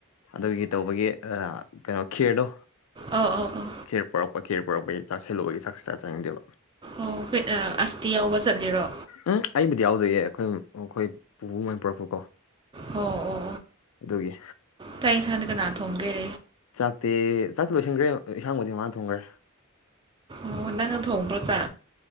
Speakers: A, on the left; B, on the right.
A: ꯑꯗꯨꯒꯤ ꯇꯧꯕꯒꯤ ꯀꯩꯅꯣ ꯈꯦꯔꯗꯣ
B: ꯑꯣ ꯑꯣ ꯑꯣ
A: ꯈꯦꯔ ꯄꯣꯔꯛꯄ ꯈꯦꯔ ꯄꯔꯛꯄꯒꯤ ꯆꯥꯁꯦꯜꯂꯨꯕꯒꯤ ꯆꯥꯛꯁꯦ ꯆꯥꯖꯅꯤꯡꯗꯦꯕ
B: ꯑꯣ ꯑꯁꯇꯤ ꯌꯥꯎꯕ ꯆꯠꯂꯔꯣ
A: ꯎꯝ ꯑꯩꯕꯨꯗꯤ ꯌꯥꯎꯖꯩꯑꯌꯦ ꯑꯩꯈꯣꯏ ꯑꯩꯈꯣꯏ ꯄꯨꯕꯨ ꯃꯅꯤ ꯄꯨꯔꯛꯄꯨꯀꯣ
B: ꯑꯣ ꯑꯣ
A: ꯑꯗꯨꯒꯤ
B: ꯇꯥꯏ ꯏꯁꯗ ꯀꯅꯥ ꯊꯣꯡꯒꯦ
A: ꯆꯥꯛꯇꯦ ꯆꯥꯛꯇ ꯂꯣꯏꯁꯤꯟꯈ꯭ꯔꯦ ꯏꯟꯁꯥꯡꯕꯨꯗꯤ ꯃꯥꯟꯅ ꯊꯣꯡꯈ꯭ꯔꯦ
B: ꯑꯣ ꯅꯪ ꯊꯣꯡꯕ꯭ꯔꯣꯖꯥ